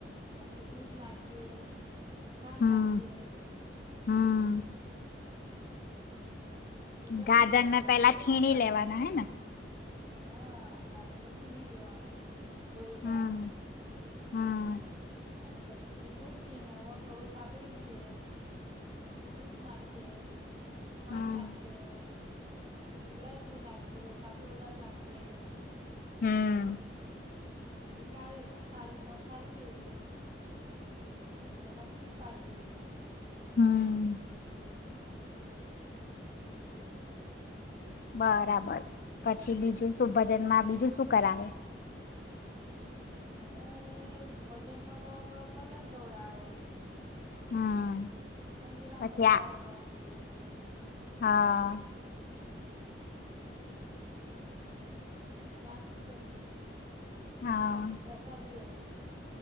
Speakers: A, on the right (about 30°); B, on the left (about 55°).
A: પછી દૂધ નાખીએ. પછી ખાન્ડ
B: હમ
A: નાખીએ.
B: હમ.
A: હમ. પછી બની
B: ગાજર
A: જાય એટલે
B: ને પેલા છીણી લેવાના હે ને
A: હ ગાજર ન શણી લેવાના દોઈના
B: હમ હમ.
A: અને પછી ઘી મૂકીને થોડું સાતળી દઈએ પછી દૂધ નાખીએ. ખાંડ
B: હમ
A: નાખીએ. ઇલાયચી નાખીએ કાજુ બદામ નાખીએ.
B: હમ્મ.
A: <unintelligible> હછી કાળી થારી મથારી ઈએ પછી એના પીસ પાડી દઈએ.
B: હમ્મ.
A: હ બોલ.
B: બરાબર પછી બીજું શું ભજન માં બીજું શું કરાવે.
A: એ ભજનમાં તો ભજન ગવડાવે.
B: હમ
A: ખંજીરા
B: પછી
A: મંદિરા
B: આ
A: વગાડીયે.
B: હા.
A: હ પછી આરતી કરીએ.
B: હા
A: પ્રસાદી વેચીએ